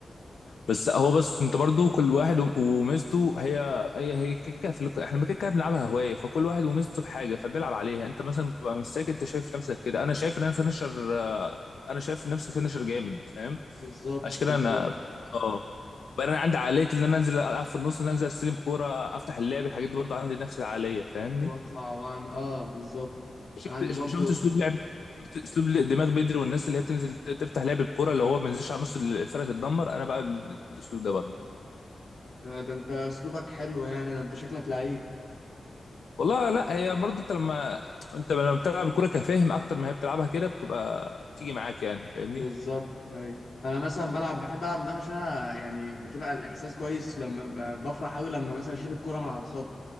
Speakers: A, on the left; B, on the left.
A: بس هو بس انت برضه كل واحد و- وميزته هي هي هي كيكه في الك- احنا كيكه بنلعبها هوايه فكل واحد وميزته في حاجه فبيلعب عليها انت مثلا بتبقى مستني انت شايف نفسك كده انا شايف ان انا فينشر انا شايف نفسي فينشر جامد فاهم
B: بالظبط
A: عشان كده
B: بالظبط
A: انا اه بقى انا عندي عقليه ان انا انزل العب في النص ان انا انزل استلم كوره افتح اللعب الحاجات دي برضه عندي نفس العقليه فاهمني
B: واطلع واعمل اه بالظبط
A: شفت
B: انا عندي برضو
A: شفت اسلوب لعب شفت اسلوب دماغ بدري والناس اللي هي بتنزل ت- تفتح لعب الكرة اللي هو ما ينزلش على نص الفرقه تتدمر انا بقى بال- بالاسلوب ده برضه
B: اه ده انت اسلوبك حلو يعني ده انت شكلك لعيب
A: والله لا هي برضه انت لما انت لما بتلعب الكوره كفاهم اكتر ما هي بتلعبها كده بتبقى بتيجي معاك يعني فاهمني
B: بالظبط ايوه انا مثلا بلعب بحب العب مدافع عشان انا يعني بتبقى الاحساس كويس لما ب- بفرح قوي لما مثلا اشيل الكرة مع الخط